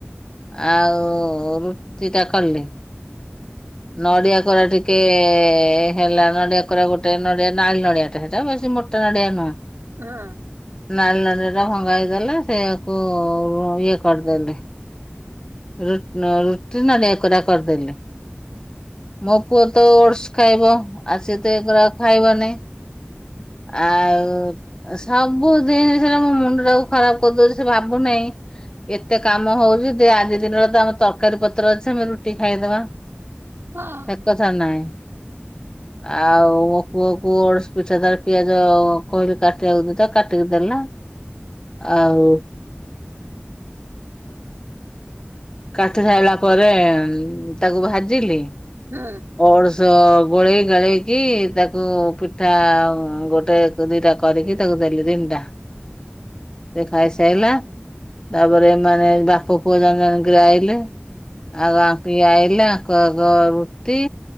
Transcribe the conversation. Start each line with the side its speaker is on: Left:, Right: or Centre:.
Left: ଆଉ ରୁଟି ଟା କଲି। ନଡିଆ କୋରା ଟିକେ ହେଲା ନଡିଆ କୋରା ଗୋଟେ ନଡିଆ ନାଲ ନଡିଆ ଟା ହେଟ ବେଶି ମୋଟା ନଡିଆ ନୁହଁ।
Right: ଉହଁ।
Left: ନାଲ ନଡ଼ିଆ ଟା ଭଙ୍ଗା ହେଇଥିଲା ସେଆକୁ ଇଏ କରିଦେଲି। ରୁଟ୍ ରୁଟି ନଳିଆ କୋରା କରିଦେଲି। ମୋ ପୁଅ ତ ଓଡସ୍ ଖାଇବ। ଆଉ ସେ ତ ଏଗୁରା ଖାଇବ ନାହିଁ ଆଉ ସବୁ। ନାଇଁ ସେଟା ମୁଣ୍ଡଟାକୁ ଖରାପ କରିଦଉଛି ସେ ଭାବୁନାହିଁ। ଏତେ କାମ ହେଉଛି ଯେ ଆଜି ଦିନରେ ତ ଆମ ତରକାରୀ ପତ୍ର ଅଛି ଆମେ ରୁଟି ଖାଇଦବା।
Right: ହଁ।
Left: ସେ କଥା ନାଇଁ। ଆଉ ମୋ ପୁଆକୁ ଅଳୁଶ ପିଠା ତାର ପିଆଜ କହିଲି କାଟିବାକୁ ତଅ କାଟିକି ଦେଲା। ଆଉ କାଟି ସାଇଲା ପରେ ତାକୁ ଭାଜିଲି।
Right: ହୁଁ।
Left: ଅଡସୁଆ ଗୋଳେଇ ଗାଳେଇକି ତାକୁ ପିଠା ଗୋଟେ। ତ ଦିଟା, କରିକି ତାକୁ ଦେଲି ତିନଟା। ସେ ଖାଇସାଇଲା ତାପରେ ମାନେ ବାପ ପୁଅ <unintelligible> ଗ୍ରାଇଲେ ଆଉ ଆଙ୍କି ଆଇଲେ, ଆଙ୍କ ଙ୍କ ରୁଟି।